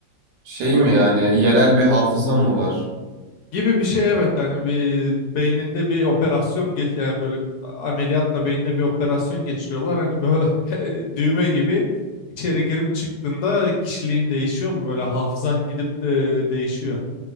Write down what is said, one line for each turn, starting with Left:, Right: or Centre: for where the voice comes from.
Right: Şey mi yani yerel bir hafızam mı var?
Left: gibi bir şey evet hani bir beyninde bir operasyon geç yani böyle ameliyatla beyninde bir operasyon geçiriyorlar hani böyle <laughs> düğme gibi içeri girip çıktığında kişiliğin değişiyor mu böyle hafızan gidip e, değişiyor.